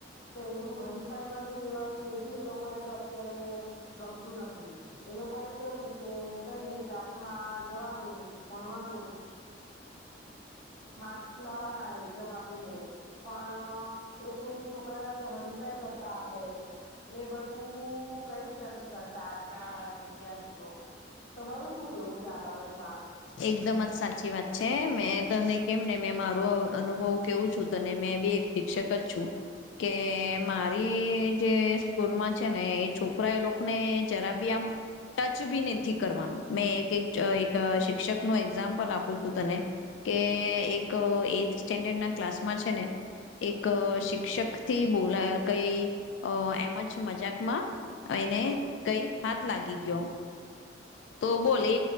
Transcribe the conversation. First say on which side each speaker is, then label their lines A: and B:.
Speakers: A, on the left (about 45°); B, on the left (about 85°).
A: તો એવું હરીફાઈ માં બી રેવાનું એ બી એ લોકોને તો અત્યારે ગમતું નથી, એ લોકોને કેવું કે કઈ ન ક્લાસ માં જવાનું ભણવાનું. <unintelligible> મા લાવવાના એઝામ આપીને પણ, એકમેક છોકરા સાથે હ કરતા આપડે, એ બધું કઈ જ નથી. કરતા આજના વિદ્યાર્થીઓ, તમારું શું કેવું છે આ બાબતમાં?
B: એકદમ જ સાચી વાત છે મેં તને કેમ ને મેં મારું અનુભવ કેવું છું તને મેં બી એક શિક્ષક જ છું, કે મારી જે સ્કૂલમાં છે ને એ છોકરા એ લોકોને જરા બી આમ, ટચ બી નથી કરવાનું મેં એક એક એક શિક્ષક નું એક્ઝામ્પલ આપું છું તને, કે એક એથ સ્ટેન્ડર્ડ ના ક્લાસમાં છે ને, એક શિક્ષક થી બોલા કઈ એમ જ મજાકમાં, એને કઈ હાથ લાગી ગયો. તો બોલે